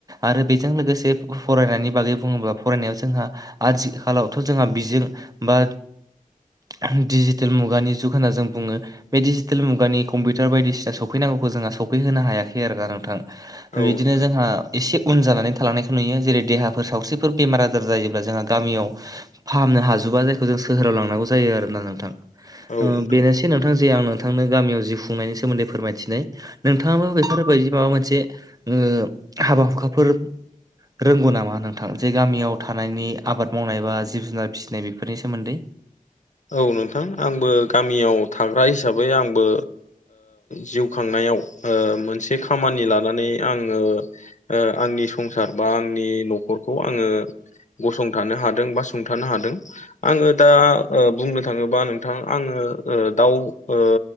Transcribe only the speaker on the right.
आरो बेजों लोगोसे फरायनायनि बागै बुङोब्ला फरायनायाव जोंहा। आथिखालावथ' जोंहा बिजों बा डिजिटेल मुगानि जुग होनना जों बुङो। बे डजिटेल मुगानि कम्पिउटार बायदिसिना सौफैनांगौखौ जोंहा सफैहोनो हायाखै आरो नोंथां
बिदिनो
जोंहा एसे उन जानानै थालांनायखौ नुयो जेरै देहाफोर सावस्रिफोर बेमार आजार जायोब्ला जोंहा गामियाव फाहामनो हाजोबा जायखौ जों सोहोराव लांनांगौ जायो आरोना नोंथां।
ओ
बेनोसै नोंथां जे आं नोंथांनो गामियाव जिउ खुंनायनि सोमोन्दै फोरमायथिनाय नोंथाङाबो बेफोरबायदि माबा मोनसे ओ हाबा हुखाफोर रोंगौ नामा नोंथां जे गामियाव थानायनि आबाद मावनाय बा जिब जुनार फिसिनाय बेफोरनि सोमोन्दै।